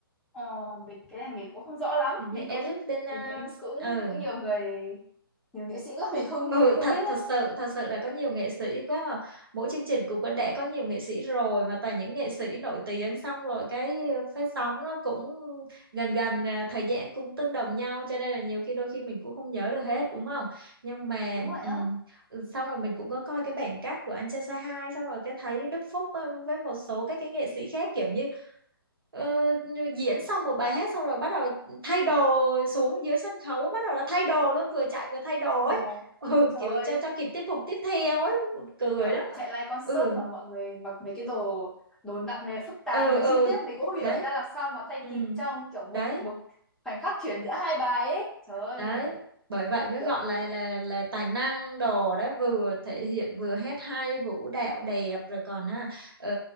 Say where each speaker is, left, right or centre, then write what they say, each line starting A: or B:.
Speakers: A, in the centre; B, on the right.
A: ờ, mình cái này mình cũng không rõ lắm
B: hình như
A: mình
B: Eric
A: cũng
B: bên uh,
A: mình thấy cũng
B: ừ
A: cũng nhiều người nhiều nghệ sĩ quá mình không
B: ừ
A: mình không
B: thật
A: biết hết
B: thật sự thật sự là có nhiều nghệ sĩ quá mà mỗi chương trình cũng có đã có nhiều nghệ sĩ rồi mà toàn những nghệ sĩ nổi tiếng xong rồi cái ờ, phát sóng nó cũng gần gần à, thời gian cũng tương đồng nhau cho nên là nhiều khi đôi khi mình cũng không nhớ được hết đúng không nhưng mà
A: đúng vậy á
B: ừ, xong rồi mình cũng có coi cái bản cắt của anh trai say hi xong rồi cái thấy Đức Phúc ờ, với một số các cái nghệ sĩ khác kiểu như ờ, diễn xong một bài hát xong rồi bắt đầu thay đồ xuống dưới sân khấu bắt đầu là thay đồ luôn vừa chạy vừa thay đồ
A: ờ
B: ấy ừ
A: trời
B: kiểu
A: ơi
B: cho cho kịp tiết mục tiếp theo ấy buồn cười
A: kiểu
B: lắm
A: chạy live concert
B: ừ
A: mà mọi người mặc mấy cái đồ đồ nặng nề phức tạp
B: ừ
A: nhiều
B: ừ
A: chi tiết mình cũng không hiểu
B: đấy
A: người ta làm sao mà thay
B: ừ
A: kịp trong kiểu một
B: đấy
A: một khoảnh khắc chuyển giữa hai bài ấy trời ơi
B: đấy
A: mình
B: bởi vậy mới
A: kiểu
B: gọi là là là tài năng đồ đấy vừa thể hiện vừa hát hay vũ đạo đẹp rồi còn á, ờ,